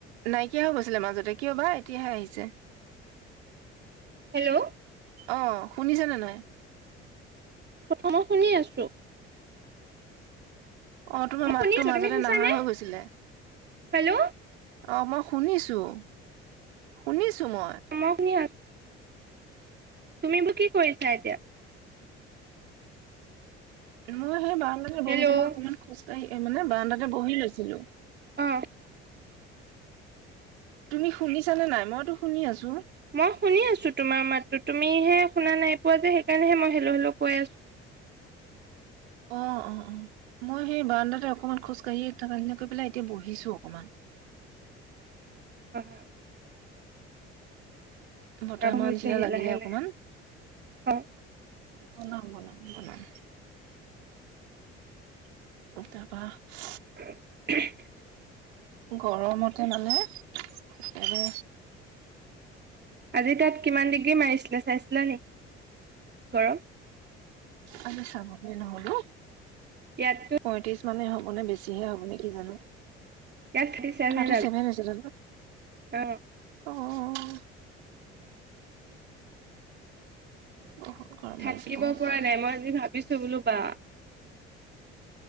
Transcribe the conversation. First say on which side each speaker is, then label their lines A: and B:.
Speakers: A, on the right; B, on the right.
A: নাইকিয়া হৈ গৈছিলে মাজতে কিয় বা এতিয়াহে আহিছে।
B: হেল্ল',
A: অ', শুনিছেনে নে নাই?
B: অ ', মই শুনি আছো।
A: অহ ', তোমাৰ
B: মই
A: মাতটো
B: শুনি আছো
A: মাজতে
B: তুমি শুনিছানে
A: নাহা হৈ গৈছিলে।
B: হেল্ল'
A: অ ', মই শুনিছো - শুনিছো।
B: <unintelligible>
A: মই
B: তুমি বোৰ কি কৰিছা এতিয়া?
A: মই সেই বাৰন্দাতে
B: হেল্ল'
A: বহি পেলাই অকমান খোজকাঢ়ি, এই, মানে বাৰন্দাতে বহি লৈছে। ছিলো।
B: অ
A: তুমি শুনিছানে নাই? মইতো শুনি আছো।
B: মই শুনি আছো তোমাৰ মাতটো। তুমিহে শুনা নাই পোৱা যে, সেইকাৰণেহে মই হেলো - হেলো কৈ আছো।
A: অ ',- অ ',- অ ', মই সেই বাৰন্দাতে অকণমান খোজকাঢ়ি থাকা হিনি কৰি পেলাই এতিয়া বহিছো অকণমান।
B: বাহ',
A: বতাহ মাৰা
B: হৈছেহি
A: নিচিনা লাগিলে
B: লাহে
A: অকমান।
B: লাহে অ
A: কলা হৈ গল। <inaudible> <unintelligible>
B: <unintelligible>
A: গৰমতে মানে একো,
B: আজি তাত কিমান ডিগ্ৰী মাৰিছিলে চাইছিলা নেকি? গৰম?
A: আজি চাবহে নহ'লো।
B: ইয়াতো
A: পয়ত্ৰিশ মানে হওক মানে বেছিহে হ'ব নে কি জানো
B: ইয়াত থাৰ্টি ছেভেন
A: থাৰটি
B: আজি
A: চেভেন হৈছে জ
B: অ
A: অ থে বহুত গৰম
B: থাকিব
A: মাৰিছে বহুত
B: পৰা
A: গৰম
B: নাই মই আজি ভাবিছো বোলো বা